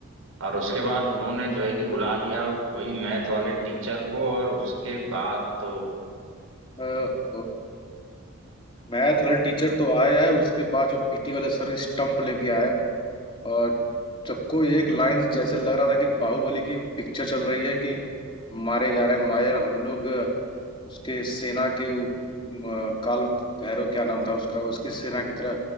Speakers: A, on the right; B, on the left.
A: और उसके बाद उन्होंने जो है कि बुला लिया वही मैथ वाले टीचर को और उसके बाद तो
B: था मैथ वाले टीचर तो आया है उसके बाद जो पीटी वाले सर स्टंप लेके आए और सबको एक लाइन जैसे लग रहा था कि बाहुबली की पिक्चर चल रही है कि मारे जा रहे हैं मायर हम लोग अ, उसके सेना के उ- अ, काल भैरव क्या नाम था उसका उसकी सेना की तरह